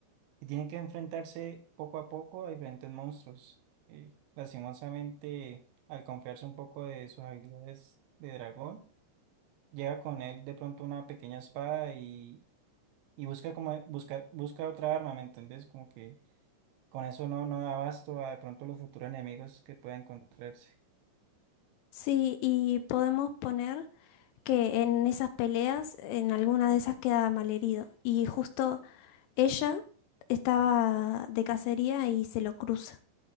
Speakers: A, on the right; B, on the left.
A: y tiene que enfrentarse poco a poco a diferentes monstruos. Eh, lastimosamente, al confiarse un poco de sus habilidades de dragón, lleva con él de pronto una pequeña espada y, y busca como busca, busca otra arma, ¿me entendés? Como que con eso no, no da abasto a de pronto los futuros enemigos que pueda encontrarse.
B: Sí, y podemos poner que en esas peleas, en alguna de esas queda malherido. Y justo ella estaba de cacería y se lo cruza.